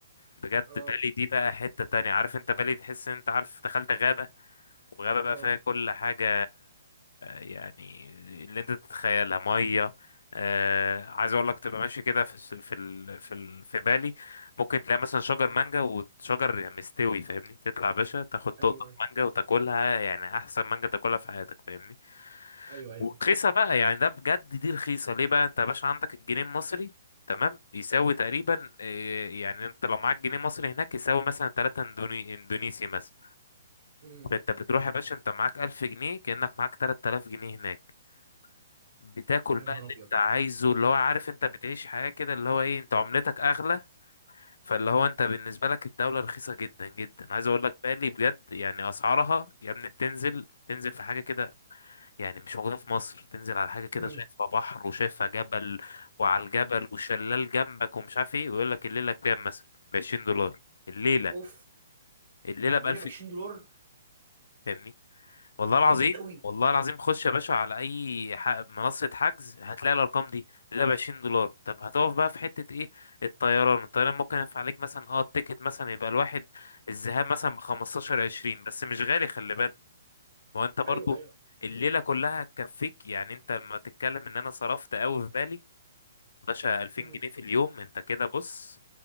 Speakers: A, on the left (about 70°); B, on the right (about 55°).
A: بجد
B: اه
A: بالي دي بقى حتة تانية عارف انت بالي تحس ان انت عارف دخلت غابة وغابة بقى
B: اه
A: فيها كل حاجة يعني اللي انت تتخيلها مية آه عايز اقول لك تبقى ماشي كده في الس- في ال في ال في بالي ممكن تلاقي مثلا شجر
B: اه
A: مانجا وشجر يعني مستوي فاهمني تطلع يا باشا تاخد تقطة
B: ايوه ايوه
A: مانجا وتاكلها يعني احسن مانجا تاكلها في حياتك فاهمني
B: ايوه ايوه
A: ورخيصة بقى يعني ده بجد دي رخيصة ليه بقى انت يا باشا عندك الجنيه المصري تمام يساوي تقريبا آه، يعني انت لو معاك جنيه مصري هناك يساوي مثلا 3 اندوني اندونيسي مثلا
B: امم
A: انت بتروح يا باشا انت معاك ألف جنيه كأنك معاك تلات آلاف جنيه هناك بتاكل
B: يا
A: بقى
B: نهار
A: اللي
B: ابيض
A: انت عايزه اللي هو عارف انت بتعيش حياة كده اللي هو ايه انت عملتك اغلى فاللي هو انت بالنسبة لك الدولة رخيصة جدا جدا عايز اقول لك بالي بجد يعني اسعارها يا ابني بتنزل تنزل في حاجة كده يعني مش موجودة في مصر تنزل على حاجة كده
B: امم
A: شايفها بحر وشايفها جبل وعلى الجبل وشلال جنبك ومش عارف ايه ويقول لك الليلة بكام مثلا ب 20 دولار الليلة
B: اوف
A: الليلة ب
B: الليله
A: 1000
B: ب 20
A: جنيه
B: دولار
A: فاهمني والله
B: ده
A: العظيم
B: جامد قوي
A: والله العظيم خش يا باشا على اي ح- منصة حجز هتلاقي الارقام دي اللي ب 20 دولار طب هتقف بقى في حتة ايه الطيران الطيران ممكن ينفع عليك مثلا اه التيكت مثلا يبقى الواحد الذهاب مثلا ب 15 20 بس مش غالي خلي بالك ما هو انت برضو
B: ايوه ايوه
A: الليلة كلها هتكفيك يعني انت لما تتكلم ان انا صرفت قوي في بالي باشا 2000
B: مم.
A: جنيه في اليوم انت كده بص